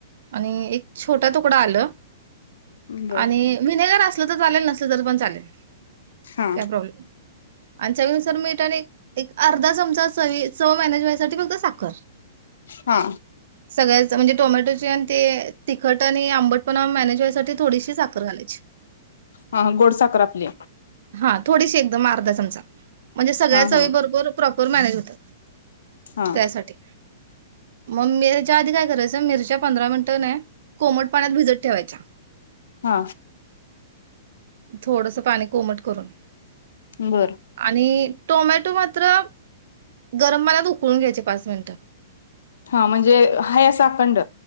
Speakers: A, on the right (about 55°); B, on the left (about 80°).
A: आणि एक छोटा तुकडा आल.
B: बर
A: आणि विनेगर अस तुझ झालेल नसल तरी पण चालेल.
B: हा
A: काय प्रॉब्लेम? आणि चवीनुसार मीठ, आणि एक, एक अर्धा चमचा चवी चव, मॅनेज होण्यासाठी फक्त साखर.
B: हा
A: सगळ्याच म्हणजे? टोमॅटोची ते आण ते तिखट, आणि आंबटपणा, मॅनेज व्हायसाठी थोडीशी साखर घलायची.
B: हा गोडसाखर आपली
A: हा थोडीशी एकदम अर्धा चम चा <inaudible> म्हणजे सगळ्या
B: हा
A: चवीबरोबर,
B: हा
A: प्रॉपर मॅनेज होत
B: हा
A: त्यासाठी. म मिरच्या आधी काय करायच मिरच्या पंधरा मिनिटं नाय कोमट पाण्यात भिजत ठेवायच्या
B: हा
A: थोडस पाणी कोमट करून
B: बर
A: आणि इ टोमॅटो मात्र गरम पाण्यात उकळून घ्यायचे पाच मिनिटं
B: हा म्हणजे हाय अस अखंड